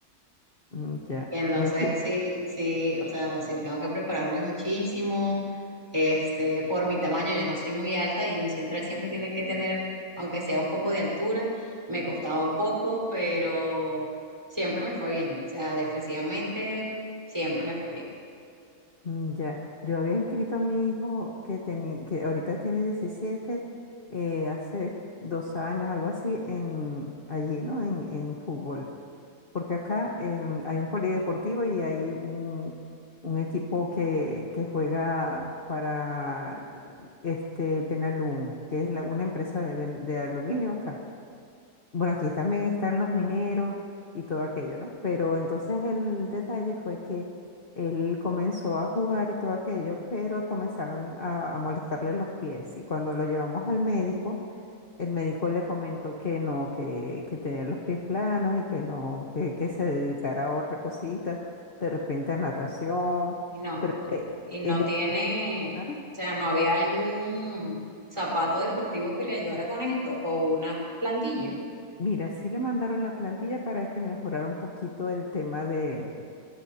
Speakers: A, on the left; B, on the right.
A: mm, ya.
B: Entonces,
A: Yo escri-
B: sí, sí, o sea, sí tengo que prepararme muchísimo. Este, por mi tamaño, yo no soy muy alta y un central siempre tiene que tener, aunque sea un poco de altura, me costaba un poco, pero siempre me fue bien. O sea, defensivamente siempre me fue bien.
A: mm, ya, yo había inscrito a mi hijo que tenía, que ahorita tiene 17, eh, hace dos años, algo así, en allí, ¿no? En, en fútbol. porque acá em, hay un polideportivo y hay un, un equipo que, que juega para este Benalum, que es la- una empresa de, ben- de aluminio acá. Bueno, aquí también están los mineros y todo aquello, ¿no? Pero entonces el detalle fue que él comenzó a jugar y todo aquello, pero comenzaban a, a molestarle los pies. Y cuando lo llevamos al médico, el médico le comentó que no, que, que tenía los pies planos y que no, que, que se dedicara a otra cosita, de repente a natación.
B: Y no,
A: Pero eh,
B: y no
A: él,
B: tiene,
A: ah,
B: o sea, no había algún zapato deportivo que le ayudara con esto o una plantilla.
A: mira, sí le mandaron la plantilla para que mejorara un poquito el tema de,